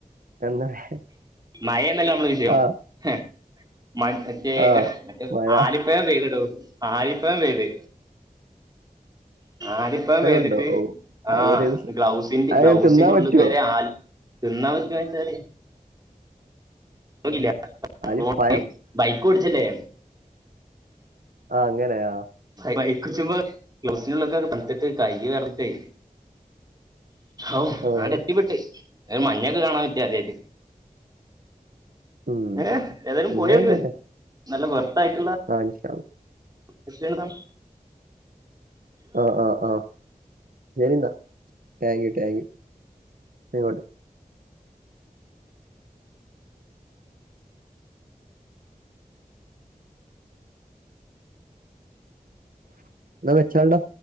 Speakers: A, on the right; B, on the right.
A: <unintelligible>
B: മയേണല്ലോ നമ്മളെ വിഷയം
A: ആഹ്
B: ഹേ മഴ് ഏക
A: ആഹ്
B: മറ്റേ
A: മഴ
B: ആലിപ്പഴം പെയ്തടോ ആലിപ്പഴം പെയ്ത് ആലിപ്പഴം പെയ്തിട്ട്
A: ഉണ്ടോ? ഓഹ്
B: ആഹ്
A: അതൊരു
B: ഗ്ലൗസിന്റി
A: അത്
B: ഗ്ലൗസിന്റെ
A: തിന്നാൻ പറ്റോ?
B: ഉള്ള്ക്ക് വരെ ആൽ തിന്നാൻ പറ്റോയ്ച്ചാല് നോക്കീല്ല
A: ആലിപ്പഴം
B: റോട്ടി ബൈക്ക് ഓടിച്ചല്ലേ
A: ആഹ് അങ്ങനെ ആഹ്
B: ബൈക്കോടിച്ച്മ്പോ ഗ്ലൗസിന്റുള്ളിലൊക്കെ തൺത്തിട്ട് കയ്യ് വെറച്ചിട്ടെ ഔ
A: ആഹ്
B: ആടെ എത്തിപ്പെട്ട് എഹ് മഞ്ഞൊക്കെ കാണാൻ പറ്റി ആദ്യായിട്ട്
A: ഉം
B: ഏഹ്ഏതായാലും
A: എന്നാ
B: പോയന്ന്
A: ആയിക്കോട്ടെ
B: നല്ല വെർത്തായിട്ടുള്ള
A: ആഹ് ഇൻഷാ അള്ളാ
B: നെസ്റ്റ് എങ്ങട്ടാ
A: ആഹ് ആഹ് ആഹ് ശരിന്നാ താങ്ക് യു ടാങ്ക്യു ന്നാഅയ്ക്കോട്ടെ ന്നാ വെച്ചാൾടാ